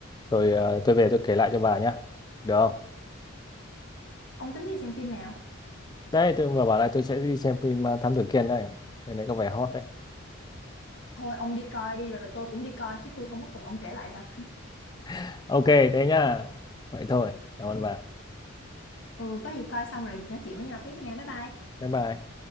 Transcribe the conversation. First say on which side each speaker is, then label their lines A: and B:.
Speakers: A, on the left; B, on the left.
A: rồi à, tôi về tôi kể lại cho bà nhá. Được không?
B: ông tính đi xem phim nào
A: Đấy, tôi vừa bảo là tôi sẽ đi xem phim à, Thám Tử Kiên đây. Đây này có vẻ hot đấy.
B: thôi ông đi coi đi rồi tôi cũng đi coi chứ tôi không có cần ông kể lại đâu
A: <laughs> Ok, thế nhá. Vậy thôi. Cảm ơn bà.
B: ừ có gì coi xong rồi nói chuyện với nhau tiếp nha bye bye
A: Bye bye.